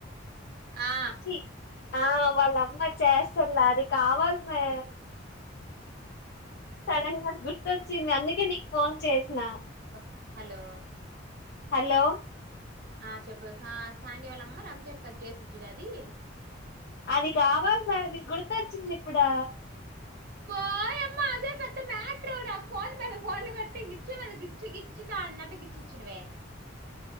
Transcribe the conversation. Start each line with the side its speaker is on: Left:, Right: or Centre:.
Right: ఆ
Left: చి ఆ వాళ్ళమ్మ చేస్తాలా అది కావాలి మ్మి సడన్ గా అది గుర్తొచ్చింది అందుకే నీకు ఫోన్ చేసిన
Right: లో హలో
Left: హలో
Right: ఆ చెప్పవె సాని వాళ్ళమ్మ రంజాన్ కది చేసిచుడ అది
Left: అది కావాలమ్మి అది గుర్తొచ్చింది ఇప్పుడు
Right: బాయ్ అమ్మా అదే పెద్ద మ టర్ నాకు ఫోన్ మీద ఫోన్లు కొట్టు ఇ గిచ్చమ్మి గిచ్చు గిచ్చు అన్నట్టు గిచ్చిచ్చినవే